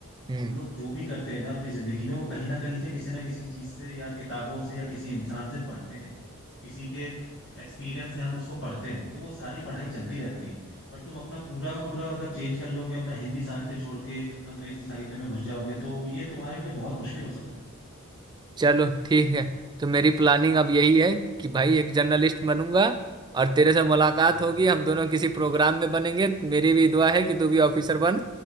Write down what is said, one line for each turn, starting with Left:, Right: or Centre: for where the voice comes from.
Right: हम्म
Left: हम लोग जो भी करते हैं ना अपनी जिंदगी में वो कहीं ना कहीं से किसी ना किसी चीज से या किताबों से या किसी इंसान से पढ़ते हैं किसी के एक्सपीरियंस से हम उसको पढ़ते हैं तो वो सारी पढ़ाई चलती रहती है बट तुम अपना पूरा का पूरा अगर चेंज कर लोगे अपना हिंदी साहित्य छोड़ के अंग्रेजी साहित्य में घुस जाओगे तो ये तुम्हारे लिए बहुत मुश्किल हो सकता है
Right: चलो ठीक है तो मेरी प्लानिंग अब यही
Left: है ना
Right: है कि भाई एक जर्नलिस्ट बनूंगा और तेरे से मुलाकात
Left: हम्म,
Right: होगी हम दोनों किसी प्रोग्राम में बनेंगे मेरी भी दुआ है कि तू भी ऑफिसर बन